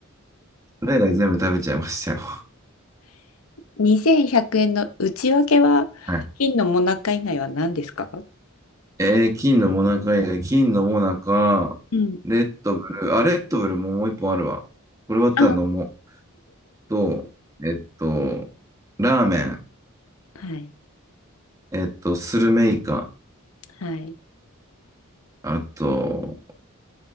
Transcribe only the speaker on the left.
2100円の内訳は金のもなか以外は何ですか
うん、
あ、
はい。
はい。